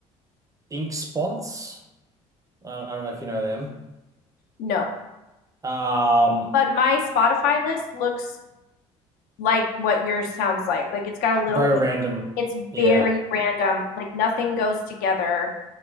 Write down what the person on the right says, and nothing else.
Ink Spots. I, I don't know if you know them.
Um
very
random.
Yeah.